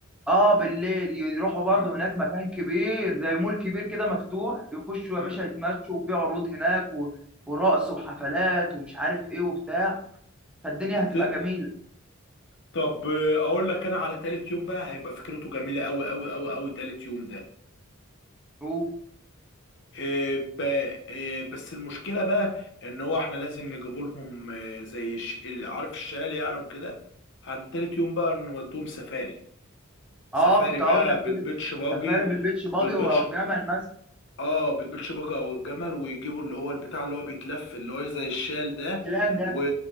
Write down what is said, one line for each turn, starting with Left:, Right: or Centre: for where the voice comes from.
Centre: اه بالليل يروحوا برضه
Left: مم،
Centre: هناك مكان كبير زي مول كبير كده مفتوح يخشوا
Left: مم.
Centre: يا باشا يتمشوا وفي عروض هناك و... ورقص وحفلات ومش عارف ايه وبتاع فالدنيا
Left: الدن
Centre: هتبقى جميلة
Left: طب آه، أقول لك أنا على تالت يوم بقى هيبقى فكرته جميلة أوي أوي أوي أوي تالت يوم ده
Centre: شوف
Left: آه، ب- آه، بس المشكلة بقى إن هو إحنا لازم نجيب لهم آه، زي ش- عارف الشال يعني وكده عن تالت يوم بقى نودوهم سفاري سفاري
Centre: اه كنت
Left: بقى
Centre: هقول لك
Left: بالبيتش
Centre: كده
Left: باجي
Centre: سفاري بالبيتش باجي
Left: بالبيتش
Centre: او جمل مثلا
Left: اه بالبيتش باجا او الجمل ويجيبوا اللي هو البتاع اللي هو بيتلف اللي هو زي الشال ده
Centre: الان ده
Left: و...